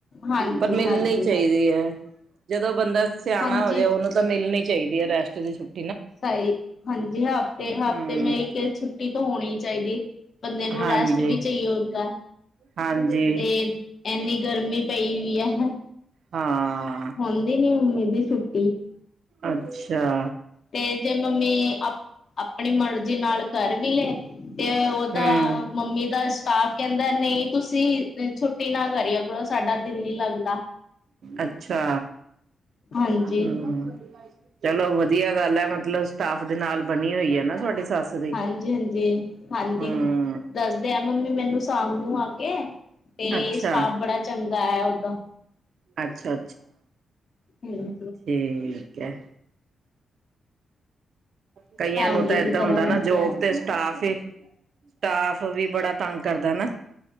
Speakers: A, on the left; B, on the right.
A: ਹਾਂਜੀ
B: ਪਰ ਮਿਲਣੀ
A: ਹਾਂਜੀ
B: ਚਾਈਦੀ ਐ ਜਦੋਂ ਬੰਦਾ ਸਿਆਣਾ
A: ਹਾਂਜੀ
B: ਹੋਜੇ ਉਹਨੂੰ ਤਾਂ ਮਿਲਣੀ ਚਾਈਦੀ ਐ ਰੈਸਟ ਦੀ ਛੁੱਟ
A: ਸਈ ਹਾਂਜੀ, ਹਫ਼ਤੇ-ਹਫਤੇ
B: ਹਮ
A: ਮੇ ਇੱਕੇ ਛੁੱਟੀ ਤੋਂ ਹੋਣੀ ਚਾਈਦੀ। ਬੰਦੇ ਨੂੰ
B: ਹਾਂਜੀ
A: ਰੈਸਟ ਵੀ ਚਈਏ ਹੁੰਦਾ,
B: ਹਾਂਜੀ
A: ਤੇ ਐਨੀ ਗਰਮੀ ਪਈ ਹੋਈ ਐ।
B: ਹਾਂ।
A: ਹੁੰਦੀ ਨੀ ਮੰਮੀ ਦੀ ਛੁੱਟੀ।
B: ਅੱਛਾ!
A: 'ਤੇ ਜੇ ਮੰਮੀ ਆਪ ਆਪਣੀ ਮਰਜ਼ੀ ਨਾਲ ਕਰ ਵੀ ਲਏ 'ਤੇ ਓ
B: ਹਮ
A: ਦਾ ਮੰਮੀ ਦਾ ਸਟਾਫ ਕੈਂਦਾ ਨਈ ਤੁਸੀਂ ਛੁੱਟੀ ਨਾ ਕਰਿਆ ਕਰੋ ਸਾਡਾ ਦਿਲ ਨੀ ਲੱਗਦਾ।
B: ਅੱਛਾ
A: ਹਾਂਜੀ
B: ਹੂੰ। ਚਲੋ ਵਧੀਆ ਗੱਲ ਐ ਮਤਲਬ ਸਟਾਫ ਦੇ ਨਾਲ ਬਣੀ ਹੋਈ ਐ ਨਾ ਤੁਹਾਡੀ ਸੱਸ ਦੀ,
A: ਹਾਂਜੀ ਹਾਂਜੀ ਹਾਂਜੀ
B: ਹੂੰ।
A: ਦੱਸਦੇ ਐ ਮੰਮੀ ਮੈਨੂੰ ਸ਼ਾਮ ਨੂੰ ਆ ਕੇ 'ਤੇ
B: ਅੱਛਾ
A: ਸਟਾਫ ਬੜਾ ਚੰਗਾ ਐ ਓਦਾਂ।
B: ਅੱਛਾ-ਅੱਛਾ,
A: ਹਾਂਜੀ
B: ਠੀਕ ਐ। ਕਈਆਂ
A: ਫੈਮਲੀ
B: ਨੂੰ ਤਾਂ
A: ਦੀ
B: ਏਦਾਂ
A: ਤਰ੍ਹਾਂ
B: ਹੁੰਦਾ
A: ਰਹਿੰਦੇ
B: ਨਾ ਜੋਬ
A: ਆ
B: 'ਤੇ ਸਟਾਫ ਏ ਸਟਾਫ ਵੀ ਬੜਾ ਤੰਗ ਕਰਦਾ ਨਾ।